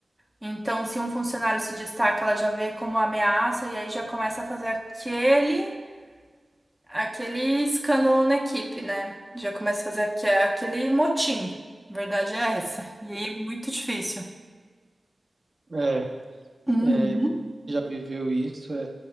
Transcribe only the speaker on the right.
É,
é, você já viveu isso, é.